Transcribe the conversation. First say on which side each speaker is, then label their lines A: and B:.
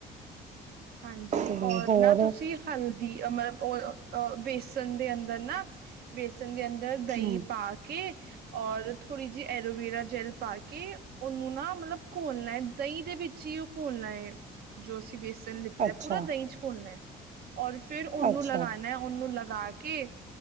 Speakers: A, on the right; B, on the right.
A: ਹਾਂਜੀ
B: ਤੇ
A: ਔਰ
B: ਹੋਰ
A: ਨਾ ਤੁਸੀਂ ਹਲਦੀ ਮਤਲਬ ਉਹ ਬੇਸਨ ਦੇ ਅੰਦਰ ਨਾ। ਬੇਸਣ ਦੇ ਅੰਦਰ ਦਹੀਂ
B: ਹਮ
A: ਪਾ ਕੇ ਔਰ ਥੋੜ੍ਹੀ ਜਿਹੀ ਐਲੋਵੇਰਾ ਜੈੱਲ ਪਾ ਕੇ ਉਹਨੂੰ ਨਾ ਮਤਲਬ ਘੋਲਣਾ ਹੈ ਦਹੀਂ ਦੇ ਵਿੱਚ ਹੀ ਘੋਲਣਾ ਹੈ ਜੋ ਅਸੀਂ ਵੇ ਸਨ ਲਿੱਤਾ
B: ਅੱਛਾ
A: ਪੂਰਾ ਦਹੀਂ ਚ ਘੋਲਣਾ ਔਰ ਫੇਰ ਉਹਨੂੰ
B: ਅੱਛਾ
A: ਲਗਾਉਣਾ ਉਹਨੂੰ ਲਗਾ ਕੇ